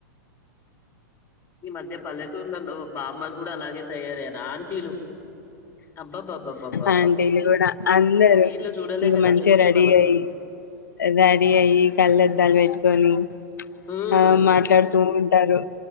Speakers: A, on the left (about 20°); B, on the left (about 80°).
A: ఈ మధ్య పల్లెటూళ్లలో బామ్మలు కూడా అలాగే తయారయ్యారు ఆంటీలు అబ్బాబ్బాబ్బాబ్బా
B: అంటి లు కూడా అందరు
A: రీల్ చూడలేక
B: ఇంక
A: చచ్చిపోతున్నాం
B: మంచిగా రెడీ
A: అసలు
B: అయ్య రెడీ అయ్యి కళ్ళద్దాలు పెట్టు కొని
A: ఉమ్,
B: ఆ మాట్లాడుతూ ారు